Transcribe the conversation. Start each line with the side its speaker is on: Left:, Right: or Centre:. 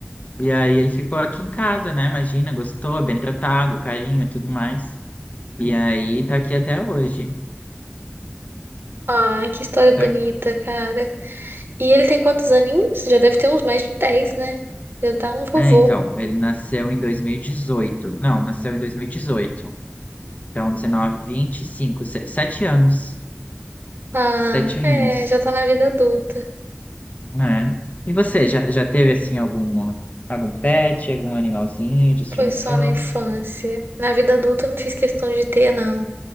Left: E aí ele ficou aqui em casa, né? Imagina, gostou, bem tratado, carinho, e tudo mais. E aí tá aqui até hoje.
Right: Ah, que história bonita,
Left: Tá
Right: cara. E ele tem quantos aninhos? Já deve ter uns mais de 10, né? Já dá um vovô.
Left: É, então, ele nasceu em 2018. Não, nasceu em 2018. Então, 19, 25, se- sete anos.
Right: Ah,
Left: Sete
Right: é,
Left: anos,
Right: já tá na vida adulta.
Left: né? E você, já, já teve, assim, alguma, algum pet, algum animalzinho de estimação?
Right: Foi só na infância. Na vida adulta eu não fiz questão de ter, não.